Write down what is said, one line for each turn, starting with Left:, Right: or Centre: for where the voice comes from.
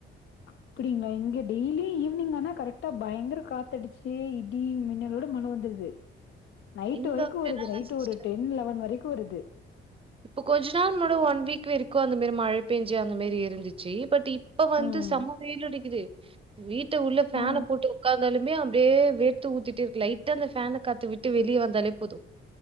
Left: அப்டிங்களா இங்க டெய்லியு ஈவினிங் ஆனா கரெக்ட்டா பயங்கர காத்தடுச்சி இடி மின்னலோடு மல வந்துருது நைட்டு
Right: இங்க
Left: வரைக்கு
Right: அப்படிலாம்
Left: வருது
Right: இல்ல
Left: நைட்டு
Right: சிஸ்டர்.
Left: ஒரு ட்டென் லெவன் வரைக்கு வருது
Right: இப்ப கொஞ்ச நாள் முன்னாடி ஒன் வீக் வெறக்கு அந்த மாரி மழ பேஞ்சு அந்த மேரி இருந்திச்சு பட் இ இப்ப வந்து
Left: ம்
Right: செம்ம வெயில் அடிக்குது வீட்ட உள்ள ஃபேன
Left: ஆ
Right: போட்டு உக்கா இருந்தாலுமே அப்டே வேர்த்து ஊத்திட்டு இருக்கு லைட்டா அந்த ஃபேன காத்து விட்டு வெளியே வந்தாலே போது